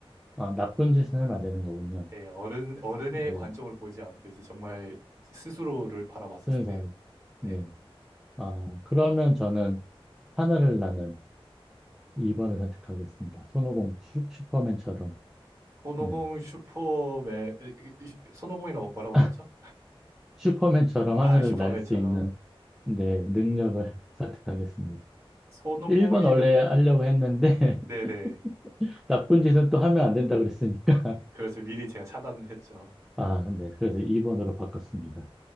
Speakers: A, in the centre; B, on the right.
A: 아, 나쁜 짓은 하면 안 되는 거군요.
B: 예, 어른, 어른의
A: 네.
B: 관점을 보지 않고 이제 정말 스스로를 바라봤었을
A: 쓰는
B: 때,
A: 사람.
B: 네.
A: 네. 아, 그러면 저는 하늘을 나는 2번을 선택하겠습니다. 손오공 슈, 슈퍼맨처럼,
B: 손오공
A: 네.
B: 슈퍼맨, 에, 이- 이- 손오공이라고 뭐라고
A: <laughs>
B: 하셨죠?
A: 슈퍼맨처럼
B: 아,
A: 하늘을
B: 슈퍼맨처럼.
A: 날 수 있는 네 능력을 <laughs> 선택하겠습니다.
B: 손오공이라,
A: 1번 원래 하려고 했는데
B: 네네.
A: <laughs> 나쁜 짓을 또 하면 안 된다 그랬으니까
B: 그렇죠. 미리 제가 차단을 했죠.
A: <laughs> 아, 네. 그래서 2번으로 바꿨습니다.